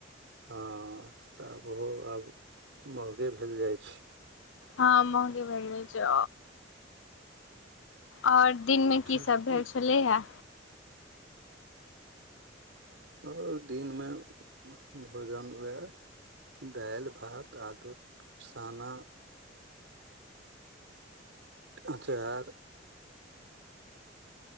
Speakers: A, on the right (about 75°); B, on the left (about 80°).
A: हा तऽ ओहो आब महगे भेल जाय छै
B: ह महगे भेलरल छै ओर दिनमे
A: छै
B: कि सभ भेल छलै हे
A: ओर दिनमे भोजन उएह दाइल भात आलू के सना। अचार।